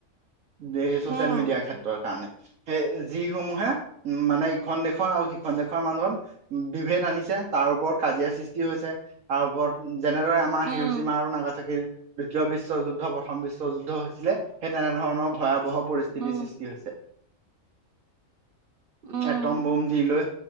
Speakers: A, on the right (about 90°); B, on the right (about 45°).
A: এই চচিয়েল
B: উম,
A: মিডিয়াৰ ক্ষেত্ৰৰ কাৰণে, সেই যিসমূহে উ, মানে খন দেশৰ আৰু সিখন দেশৰ মানুহত বিভেদ আনিছে তাৰ ওপৰত কাজিয়া সৃষ্টি হৈছে। তাৰ ওপৰত যেনেদৰে আমাৰ
B: উম,
A: হিৰোচিমা আৰু নাগাচাকিৰ। দ্বিতীয় বিশ্বযুদ্ধ, প্ৰথম বিশ্বযুদ্ধ হৈছিলে সেই তেনেধৰণৰ ভয়াৱহ পৰিস্থিতিৰ
B: উম,
A: সৃষ্টি টি হৈছে।
B: উম,
A: এটম ব'ম দি লৈ